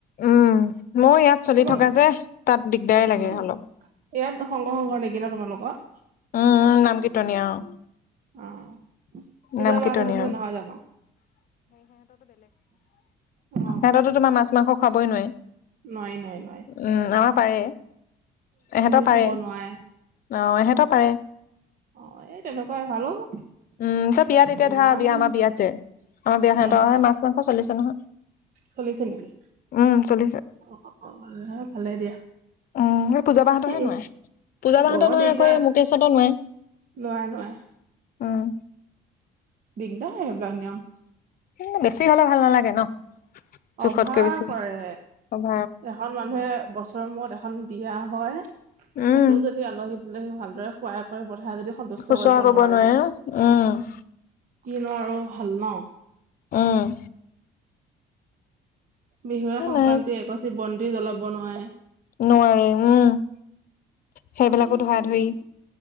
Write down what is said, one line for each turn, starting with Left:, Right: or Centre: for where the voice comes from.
Left: উম, মই ইয়াত চলি
Right: তোমাৰ
Left: থকা যে তাত দিগদাৰে লাগে
Right: উম
Left: অলপ।
Right: ইয়াত সংঘ সংঘৰ নেকি ন তোমালোকৰ?
Left: উম, নামকীৰ্তনীয়া অ',
Right: অ', পূজাৰ
Left: নাম কীৰ্তনীয়া
Right: বা হঁতৰ নিচিনা
Left: অ',
Right: নহয় জানো? অ
Left: সিহঁতো তোমাৰ মাছ মাংস খাবই নোৱাৰি।
Right: নাই, নাই, নাই।
Left: উম আমাৰ পাৰে, ইহঁতে পাৰে।
Right: চুব নোৱাৰে
Left: অ', ইহঁতে পাৰে।
Right: অ' এই তেনেকুৱাই ভাল অ'।
Left: উম, তো বিয়াত এতিয়া
Right: ইমান
Left: ধৰা, বিয়া আমাৰ বিয়াত যে, আমাৰ বিয়াখনত
Right: উম
Left: মাছ-মাংস চলিছে নহয়!
Right: চলিছে নেকি?
Left: উম চলিছে
Right: অ' অ' ভালে। দিয়া
Left: উম, সেই পূজাবাহঁতৰহে নোৱাৰে।
Right: এই
Left: পূজাবাহঁতৰ
Right: বৰ
Left: নোৱাৰে
Right: দিগদাৰ
Left: আকৌ এই মুকেশহঁতৰ নোৱাৰে।
Right: নোৱাৰে, নোৱাৰে।
Left: উম।
Right: দিগদাৰ লাগে সেইবিলাক নিয়ম।
Left: এ বেছি হ'লে ভাল নালাগে ন'? জোখতকৈ
Right: অভাৰ
Left: বেছি
Right: কৰে।
Left: উম
Right: এখন মানুহে বছৰৰ মূৰত এখন এখন বিয়া হয়,
Left: উম
Right: তাতো যদি আলহী-দুলহী ভালদৰে খুৱাই খুৱাই পঠাই যদি সন্তুষ্ট
Left: শুশ্ৰূষা
Right: কৰিব নোৱাৰে,
Left: ন উম
Right: কিনো আৰু ভাল ন'?
Left: উম।
Right: বিহুৱে- সংক্ৰান্তি
Left: নাই
Right: এগচি বন্তি জ্বলাব নোৱাৰে।
Left: নোৱাৰে, উম। সেইবিলাকো
Right: কিনো
Left: ধৰা
Right: নিয়ম,
Left: ধৰি